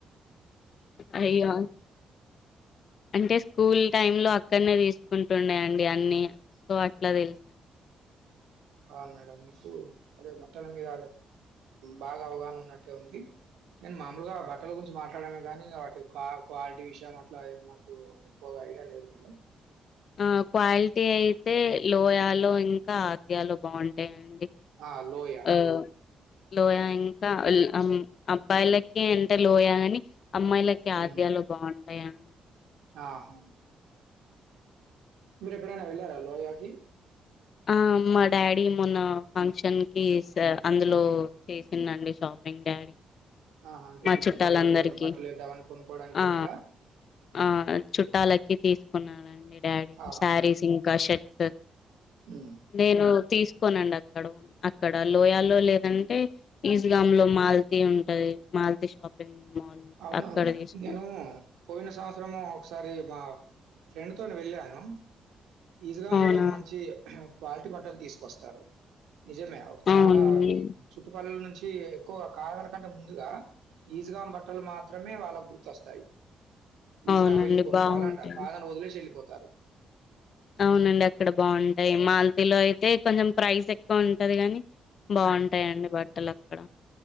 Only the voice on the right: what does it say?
అవును మేడం మీకు కొద్దిగా బట్టల మీద బాగా అవగాహన ఉన్నట్ ట్టు ఉంది నేను మామూలుగా బట్టల గురించి మాట్లాడ కానీ వాటి క్వా క్వాలిటీ విషయం అట్లా నాకు ఎక్కువగా ఐడియా లేదు మేడం
ఆ! లోయ.
ఆ!
హ్మ్.
ఆహా మీరు ఎప్పుడైనా వెళ్ళారా లోయాకి
ఆహా! అంటే
గిఫ్ట్
పర్పస్‌లో ఏమైనా బట్టలేద్దామని కొనుక్కోవడానికెళ్లారా?
ఆ!
హ్మ్.
అవునవును
నేను పోయిన సంవత్సరము ఒకసా సారి మా ఫ్రెండ్తోని వెళ్ళాను ఈజ్గామ్
లో మంచి క్వాలిటీ బట్టల్ తీసుకొస్తారు నిజమే ఒ చాలా
ఈ చుట్టుపలల నుంచి కీ ఎక్కువగా కాగర్ కంటే ముందుగా ఈజ్గామ్ బ ట్టలు మాత్రమే వాళ్ళకు గుర్తొస్తాయి ఈజ్గామ్
వెళ్లి కొనుక్కవాలంటారు
కావాలని వదిలేసి వెళ్ళిపో తారు
హ్మ్.